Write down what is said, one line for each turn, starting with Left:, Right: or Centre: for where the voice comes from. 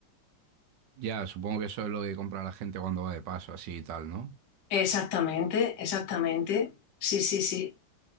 Right: Ya, supongo que eso es lo que compra la gente cuando va de paso, así y tal, ¿no?
Left: Exactamente, exactamente. Sí, sí, sí.